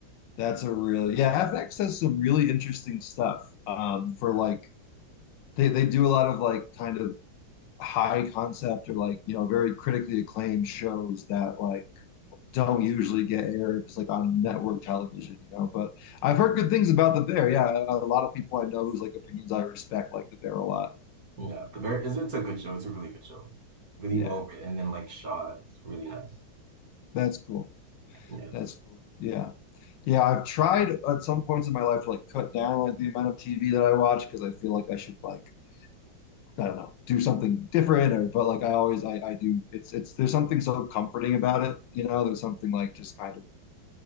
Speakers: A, on the left; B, on the right.
A: that's a really yeah. FX has some really interesting stuff. Um, for like they they do a lot of like kind of high concept or like you know very critically acclaimed shows that like don't usually get aired just like on network television, you know. But I've heard good things about the Bear. Yeah, a a lot of people I know whose like opinions I respect like the Bear a lot.
B: Yeah, but there is it's a good show. It's a really good show. Really
A: Yeah,
B: well written and like shot. It's really nice.
A: that's cool.
B: Yeah.
A: That's cool. Yeah. Yeah, I've tried at some points in my life to like cut down like the amount of TV that I watch because I feel like I should like I don't know, do something different or but like I always I I do it's it's there's something so comforting about it, you know, there's something like just kind of